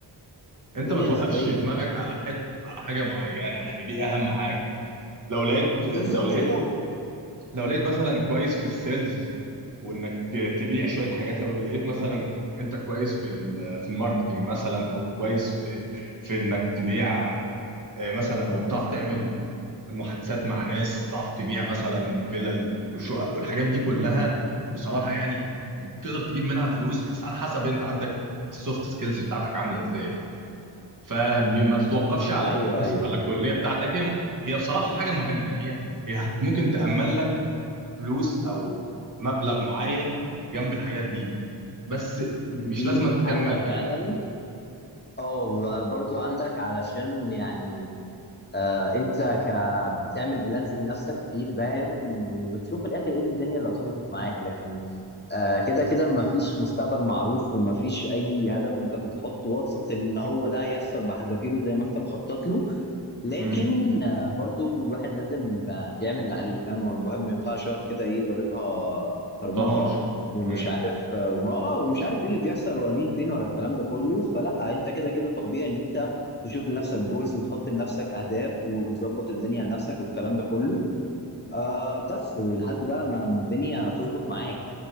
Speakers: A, on the right (about 45°); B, on the left (about 25°).
A: انت
B: الدنيا
A: ما توقفش
B: نسبيه
A: دماغك على حت على حاجه معينه يعني دي اهم حاجه يعني لو لقيت لو
B: بالظبط
A: لقيت
B: لو
A: لو لقيت مثلا كويس في السيلز وانك تبيع شويه حاجات لو لقيت مثلا انت كويس في ال- في الماركتنج مثلا او كويس في في انك تبيع آه، مثلا او بتعرف تعمل محادثات مع ناس تعرف تبيع مثلا فيلل وشقق والحاجات دي كلها بصراحه يعني تقدر تجيب منها فلوس بس على حسب انت عندك السوفت سكيلز بتاعتك عامله ازاي فما تتوقفش على
B: ايوه
A: <laughs>
B: ايوه
A: على الكليه بتاعتك هي هي بصراحه حاجه مهمه يعني هي هي هت- ممكن تامن لك فلوس او مبلغ معين جنب الحاجات دي بس مش
B: دي
A: لازم
B: دي
A: تكمل
B: حقيقه
A: فيها
B: فعلا اه برضو عندك علشان يعني آه انت ك بتعمل بلانز لنفسك كتير باين وبتشوف في الاخر ايه الدنيا اللي هتظبط معاك لكن آه كده كده مفيش مستقبل معروف ومفيش اي هدف انت بتحطه واثق ان هو ده هيحصل بحذافيره زي ما انت مخطط له لكن
A: امم
B: آه، برضو الواحد لازم آه، بيعمل اللي عليه فاهم الواحد ما ينفعش يقعد كده ايه ضاربها طرمخه
A: طناش
B: ومش
A: امم
B: عارف اه وم- آه، ومش عارف ايه اللي بيحصل ولا مين فين ولا الكلام ده كله فلا انت كده كده طبيعي ان انت تشوف لنفسك جولز وتحط لنفسك اهداف وتظبط الدنيا لنفسك والكلام ده كله آه بس ولحد بقى ما ما الدنيا تظبط معاك